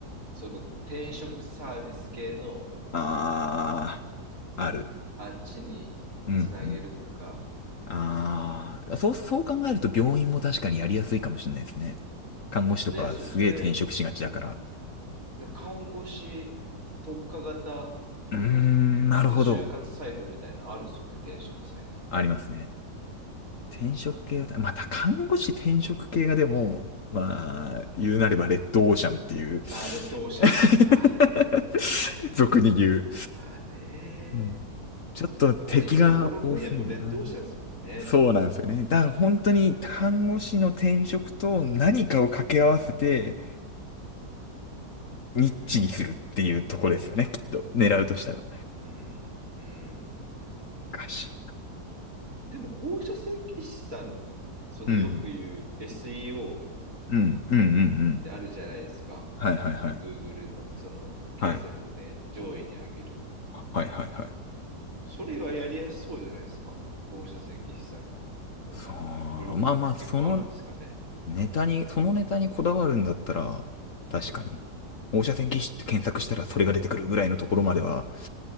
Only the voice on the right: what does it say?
その転職サービス系の
あっちにつなげるとか、
ね、そ、それ、看護師特化型、
なんすか、
就活サイトみたいなのあるっすよね、転職サイトみたい
な。あ、レッドオーシャンってやつか。
まあね。
もう今どこの分野もレッドオーシャンですもんね。
も
う、うんそうだ。
うん、うん。
でも放射線技師さん、そのよく言う
SEO
ってあるじゃないですか。
Google のその検索で上位に上げる。
それはやりやすそうじゃないですか。放射線技師さんのブログって結構あるんですかね。